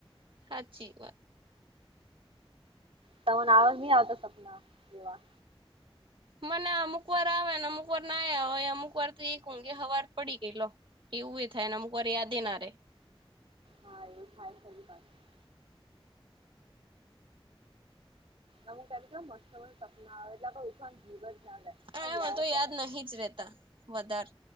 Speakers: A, on the right; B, on the right.
A: હાચી વાત
B: તમને આવાજ નહી આવતા સપના એવા?
A: મને અમુક વાર આવે ને, અમુક વાર ના આવે, અમુક વાર તો એક ઊંઘે હવાર પડી ગઈ, લો! એવું એ થાય, ને અમુક વાર યાદે ના રે
B: હા, એવું થાય ફરી પાછું. અમુક ટાઇમે કેવા મસ્ત મસ્ત સપના આવે ક્યાં તો ઉઠવાનો મૂડ જ ના થાય
A: એ
B: અને
A: મનતો
B: પડે
A: યાદ નહી જ રેતા, વધાર!